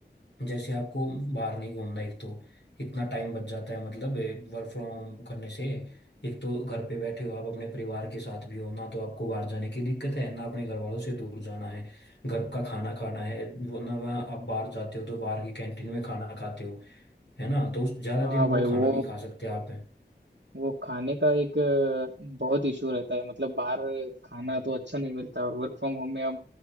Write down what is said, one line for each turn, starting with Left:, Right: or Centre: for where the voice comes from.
Left: जैसे आपको बाहर नहीं घूमना एक तो इतना टाइम बच जाता है मतलब वर्क फ्रॉम होम करने से एक तो घर पे बैठे हो आप अपने परिवार के साथ भी हो ना तो आपको बाहर जाने की दिक्कत है ना अपने घर वालों से दूर जाना है घर का खाना खाना है वो ना वहाँ आप बाहर जाते हो तो बाहर की कैंटीन में खाना खाते हो है ना तो उस- ज्यादा
Right: हाँ
Left: दिन वो
Right: भाई
Left: खाना
Right: वो
Left: नहीं खा सकते आप
Right: वो खाने का एक अ, बहुत इशू रहता है मतलब बाहर खाना तो अच्छा नहीं मिलता और वर्क फ्रॉम होम में हम